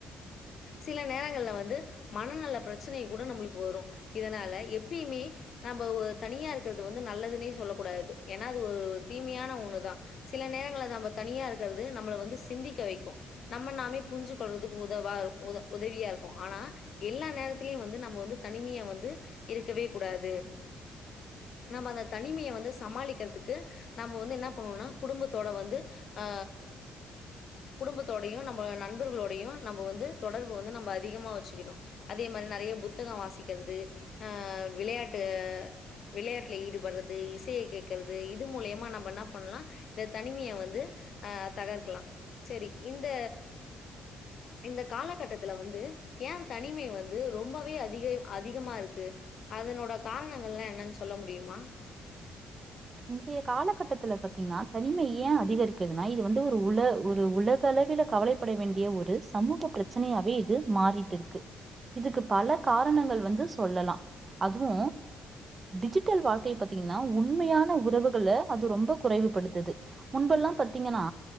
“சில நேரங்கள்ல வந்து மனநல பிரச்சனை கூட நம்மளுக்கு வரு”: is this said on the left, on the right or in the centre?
Left